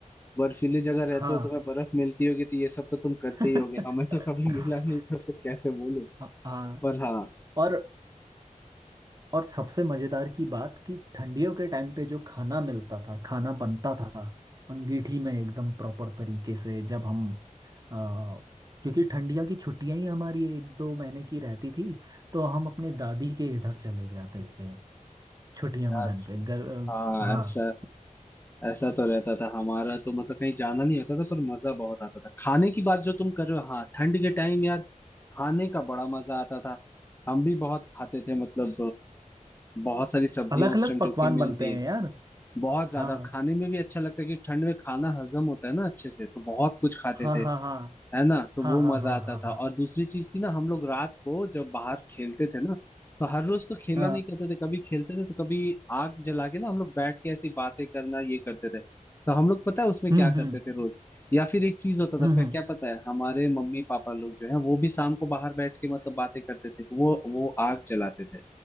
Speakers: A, on the left (about 15°); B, on the right (about 30°).
A: बर्फीली जगह
B: हाँ
A: रहते हो तुम्हें बर्फ मिलती होगी तो ये सब तो तुम करते
B: <laughs>
A: ही होगे हमें तो कभी मिला नहीं तो फिर कैसे बोलूं
B: हाँ हाँ,
A: पर हाँ
B: और और सबसे मजेदार की बात कि ठंडियों के टाइम पे जो खाना मिलता था खाना बनता था अंगीठी में एकदम प्रॉपर तरीके से जब हम आ, क्योंकि ठंडिया की छुट्टियां ही हमारी एक दो महीने की रहती थी तो हम अपने दादी के इधर चले जाते थे छुट्टियां
A: यार
B: मनाने के घर अ,
A: हाँ
B: हाँ
A: ऐसा ऐसा तो रहता था हमारा तो मतलब कहीं जाना नहीं होता था पर मजा बहुत आता था खाने की बात जो तुम कर रहे हो हाँ ठंड के टाइम यार खाने का बड़ा मजा आता था हम भी बहुत खाते थे मतलब अ, बहुत सारी सब्जियां
B: अलग
A: उस
B: अलग
A: टाइम
B: पकवान
A: जो कि मिलती
B: बनते हैं
A: हैं
B: यार
A: बहुत ज्यादा
B: हाँ
A: खाने में भी अच्छा लगता है कि ठंड में खाना हजम होता है ना अच्छे से तो बहुत कुछ खाते
B: हाँ
A: थे
B: हाँ हाँ
A: है ना तो वो
B: हाँ हाँ
A: मजा
B: हाँ
A: आता
B: हाँ
A: था
B: हाँ
A: और दूसरी चीज थी ना हम लोग रात को जब बाहर खेलते थे ना तो हर रोज तो खेला
B: हाँ
A: नहीं करते थे कभी खेलते थे तो कभी आग जला के ना हम लोग बैठ के ऐसी बातें करना ये करते थे तो हम लोग पता है उसमें
B: हम्म
A: क्या
B: हम्म
A: करते थे रोज या फिर एक चीज होता
B: हम्म
A: था प-
B: हम्म,
A: क्या पता है हमारे मम्मी पापा लोग जो है वो भी शाम को बाहर बैठ के मतलब बातें करते थे तो वो वो आग जलाते थे